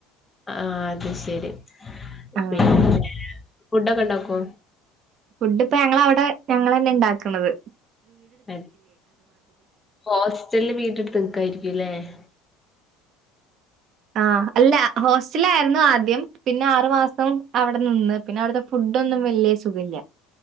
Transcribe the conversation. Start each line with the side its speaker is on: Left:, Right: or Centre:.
Left: ആ അത് ശരി
Right: ആഹ്
Left: പിന്നെ ഫുഡൊക്കെ ഉണ്ടാക്കോ
Right: ഫുഡ് ഇപ്പ ഞങ്ങള അവിടെ ഞങ്ങ തന്നെ ഉണ്ടാക്കുന്നത്
Left: അ ഹോസ്റ്റലില് വീട്ട എടുത്ത് നിക്കായിരിക്കുല്ലേ <inaudible>
Right: ആഹ അല്ല ഹോസ്റ്റലായിരുന്നു ആദ്യം പിന്നെ ആറു മാസം അവിടെ നിന്ന് പിന്നെ അവിടുത്തെ ഫുഡൊന്നും വലിയ സുഖമില്ല